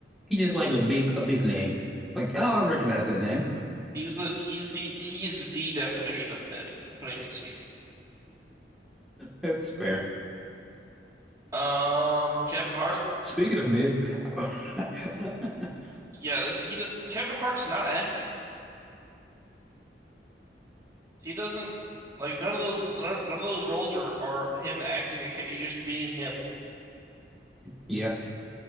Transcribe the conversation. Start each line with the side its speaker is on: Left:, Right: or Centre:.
Centre: He's just like a big, a big name. Like, oh, I recognize that name. <laughs>
Right: He's the he's the he's the definition of mid. I'm putting him in C.
Centre: That's fair.
Right: Um, Kevin Hart.
Centre: S- Speaking of mid, <laughs>
Right: Yeah, this he do- Kevin Hart's not acting. He doesn't like none of those none none of those roles are are him acting. A, ca- he's just being him.
Centre: yeah,